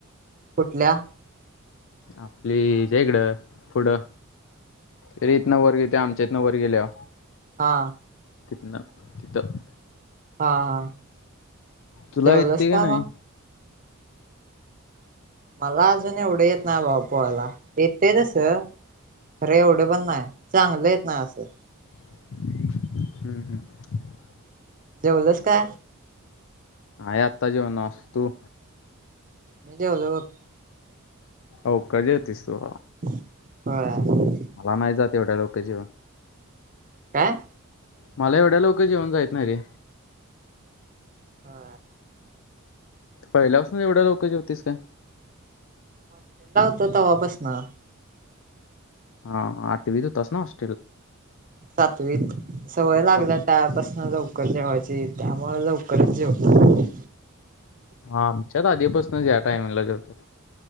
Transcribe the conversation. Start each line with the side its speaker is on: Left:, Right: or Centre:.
Right: कुठल्या
Left: आपलीच्या इकडं पुढं अरे इथनं वरगेत आमच्या इतथनं वरगल्या
Right: हा
Left: तिथन तिथं
Right: हा हा
Left: तुला
Right: जेवलस
Left: येतते का नाही
Right: मग मला अजून एवढं येत ना बापोला येतय तस अरे एवढं पण नाही चांगलंेत ना असं
Left: हम्म हम्म
Right: जऊदस का
Left: ह आत्ता जेवणस तू
Right: मी जेवलं बघ
Left: होऔ का जोतीसू
Right: हो
Left: मला नाही जात एवढ्या लोक जीवन
Right: काय
Left: मला एवढ्या लोक जेवण जायत नाही रे
Right: हा
Left: पहिल्याासून एवढं लोक ज्योतिष का
Right: त तवापस ना
Left: हा आ ते विधु तस नस
Right: सातवीत सवय लागल्या
Left: सात
Right: त्यापासन जाऊ उकर जेवायची त्यामुळे उकरच ज होत
Left: आमच्यात आधीपासून या्या टाईमला जेवत्या